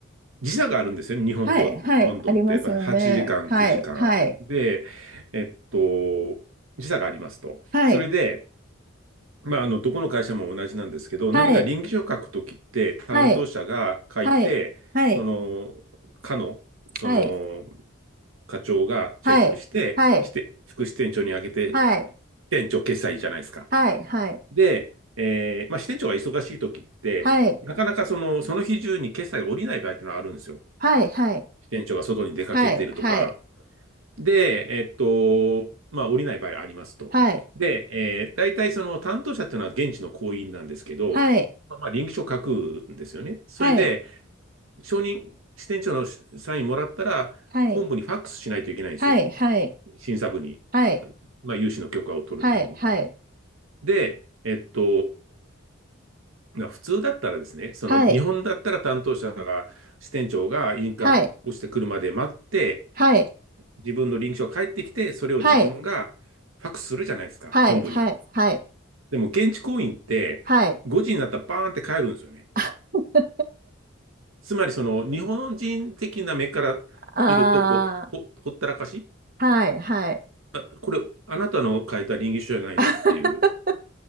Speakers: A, on the right; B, on the right.
A: 時差があるんですよね、日本とロンドンって。
B: はい、はい、ありますよね。
A: やっぱ8時間、
B: はい、
A: 9時間。
B: はい、
A: で、えっと、時差がありますと。
B: はい、
A: それで、まあ、あの、どこの会社も同じなんですけど、
B: はい、
A: 何か稟議書書くときって、担当者が書いて、
B: はい、はい、はい。
A: その、課の、その、
B: はい、
A: 課長がチェックして、
B: はい、はい、
A: して、副支店長にあげて、
B: はい、
A: 支店長決済じゃないですか。
B: はい、はい、
A: で、えーまあ、支店長が忙しいときって、
B: はい、
A: なかなかその、その日中に決済が下りない場合っていうのはあるんですよ。
B: はい、はい、
A: 支店長が外に出かけているとか。
B: はい、は
A: で、えっと、まあ、降りない場合ありますと。
B: い、
A: で、えー、大体その担当者っていうのは現地の行員なんですけど、
B: はい、
A: まあ、まあ臨機書書くんですよね。それで、
B: はい、
A: 承認、支店長のサインもらったら、
B: はい、
A: 本部にファックスしないといけないんですよ。
B: はい、はい、
A: 審査部に。
B: はい、
A: まあ、融資の許可を取るために。
B: はい、は
A: で、えっと、な普通だったらですね、その日本だったら担当者が、
B: い、
A: 支店長が印鑑をしてくるまで待って、
B: はい、はい、
A: 自分の臨書が返ってきて、それを自分がファックスするじゃないですか、
B: はい、はい、
A: 本部に。
B: はい、はい、
A: でも現地行員って、
B: はい、はい、
A: 5時になったらバーンって帰るんですよね。
B: はい、<laughs>
A: つまりその日本人的な目から見ると、
B: あー、
A: こう、ほ、ほったらかし
B: はい、はい、
A: あ、これ、あなたの書いた臨書じゃないのっていう。
B: <laughs>